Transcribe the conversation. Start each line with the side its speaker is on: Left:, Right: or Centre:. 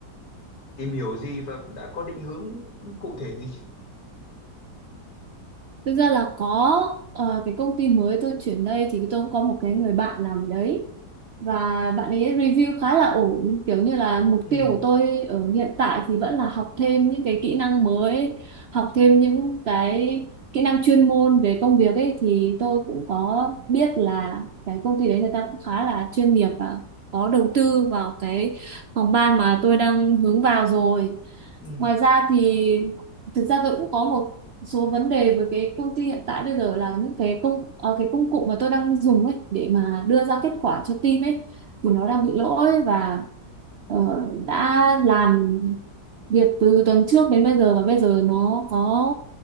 Left: tìm hiểu gì và đã có định hướng cụ thể gì chứ
Right: Thực ra là có ờ, cái công ty mới tôi chuyển đây thì tôi cũng có một cái người bạn làm ở đấy và bạn ấy review khá là ổn kiểu như là mục
Left: ừ,
Right: tiêu của tôi ở hiện tại thì vẫn là học thêm những cái kỹ năng mới học thêm những cái kỹ năng chuyên môn về công việc ấy thì tôi cũng có biết là cái công ty đấy người ta cũng khá là chuyên nghiệp và có đầu tư vào cái phòng ban mà tôi đang hướng vào rồi
Left: ừ.
Right: ngoài ra thì thực ra tôi cũng có một số vấn đề với cái công ty hiện tại bây giờ là những cái công ờ, cái công cụ mà tôi đang dùng ấy để mà đưa ra kết quả cho team ấy thì nó đang bị lỗi và ờ, đã làm việc từ tuần trước đến bây giờ và bây giờ nó có